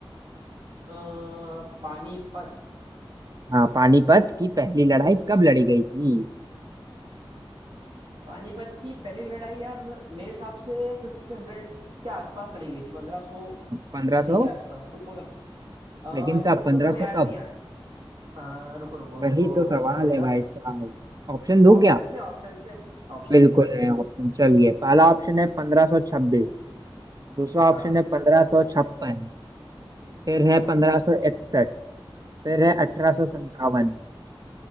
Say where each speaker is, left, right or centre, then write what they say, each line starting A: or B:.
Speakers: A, on the right; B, on the right.
A: अ, पानीपत
B: हाँ पानीपत की पहली लड़ाई कब लड़ी गई थी
A: पानीपत की पहली लड़ाई यार मेरे हिसाब से फिफ्टीन हंड्रेड के आसपास लड़ी गई थी पंद्रह सौ
B: पंद्रह
A: सदी
B: सौ
A: के आसपास तुमको क्या
B: लेकिन
A: एग्जैक्ट
B: कब पंद्रह
A: तो मेरे को याद
B: सौ कब
A: नहीं आ अ, रुको रुको
B: वही
A: मेरे को
B: तो सवाल
A: सोचना पड़ेगा
B: है भाई साहब ऑप्शन दूं
A: ऑप्शन
B: क्या
A: से ऑप्शन से ऑप्शन
B: बिल्कुल
A: दे दो
B: है ऑप्शन चलिए पहला ऑप्शन है पंद्रह सौ छब्बीस दूसरा
A: हाँ
B: ऑप्शन है पंद्रह
A: अगला
B: सौ छप्पन फिर
A: अच्छा
B: है पंद्रह सौ इकसठ फिर है अठारह
A: हम्म।
B: सौ संतावन